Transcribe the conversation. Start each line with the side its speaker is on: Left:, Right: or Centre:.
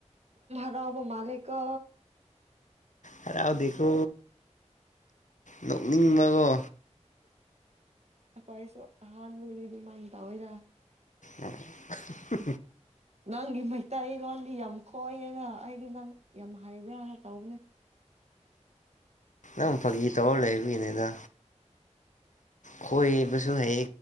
Right: ꯉꯥꯎꯕ ꯃꯥꯜꯂꯦꯀꯣ
Left: ꯍꯔꯥꯎꯗꯦꯀꯣ ꯅꯣꯛꯅꯤꯡꯕ ꯑꯃ
Right: ꯑꯩꯈꯣꯏꯁꯨ ꯑꯍꯥꯟꯕꯗꯗꯤ ꯑꯗꯨꯃꯥꯏꯅ ꯇꯧꯋꯦꯗ
Left: ꯑ
Right: ꯅꯪꯒꯤ ꯃꯩꯇꯩꯂꯣꯟꯗꯤ ꯌꯥꯝ ꯈꯌꯦꯅ ꯑꯩꯗꯤ ꯅꯪ ꯌꯥꯝ ꯍꯩꯕ꯭ꯔꯥꯅ ꯇꯧꯕꯅꯦ
Left: ꯅꯪ ꯐꯒꯤ ꯇꯧꯔ ꯂꯩ ꯗ ꯈꯣꯏꯕꯁꯨ ꯍꯩ